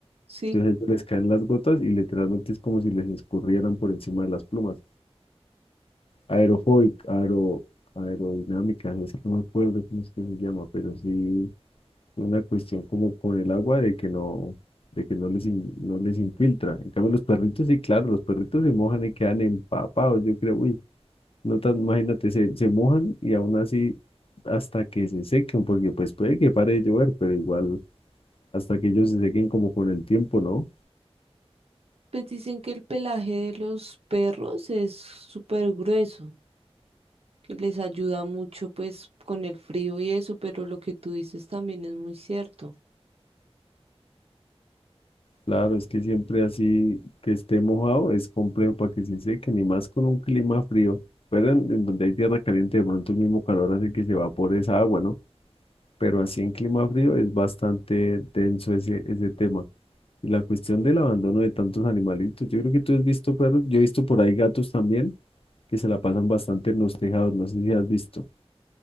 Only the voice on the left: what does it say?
entonces a ellos les caen las gotas y literalmente es como si les escurrieran por encima de las plumas. Aerofóbica, aero, aerodinámicas, es que no me acuerdo cómo es que se llama, pero sí una cuestión como con el agua de que no, de que no les, in- no les infiltra. En cambio, los perritos, sí, claro, los perritos se mojan y quedan empapados, yo creo, uy, no tan, imagínate, se, se mojan y aún así hasta que se sequen, porque pues puede que pare de llover, pero igual hasta que ellos se sequen como con el tiempo, ¿no?
Claro, es que siempre así que esté mojado es complejo para que se sequen, y más con un clima frío. Pero en, en donde hay tierra caliente, de pronto el mismo calor hace que se evapore esa agua, ¿no? pero así en clima frío es bastante denso ese, ese tema. Y la cuestión del abandono de tantos animalitos, yo creo que tú has visto perros, yo he visto por ahí gatos también que se la pasan bastante en los tejados, no sé si has visto.